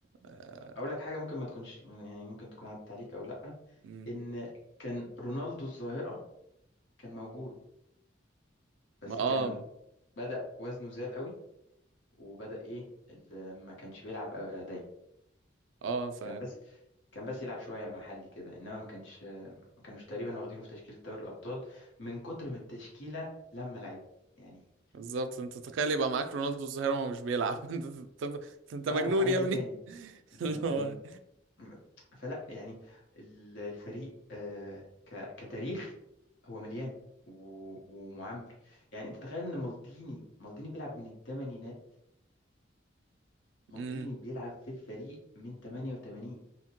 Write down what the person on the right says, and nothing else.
آه...
مم.
ما اه
اه ف
بالظبط انت تخيل يبقى معاك رونالدو الظاهرة وهو مش بيلعب <laughs> انت انت انت مجنون
يا ابني
<laughs>
اللي
هو
امم